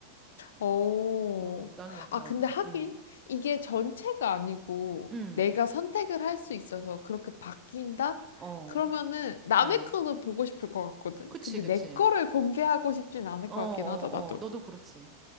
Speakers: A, on the left; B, on the right.
A: 오.
B: 어, 나는 약간,
A: 아, 근데 하긴
B: 음,
A: 이게 전체가 아니고
B: 음,
A: 내가 선택을 할 수 있어서 그렇게 바뀐다?
B: 어,
A: 그러면은 남의
B: 어.
A: 거는 보고 싶을 것 같거든.
B: 그치,
A: 근데
B: 그치.
A: 내 거를 공개하고 싶진 않을
B: 어,
A: 것
B: 어,
A: 같긴 하다, 나도.
B: 어. 너도 그렇지.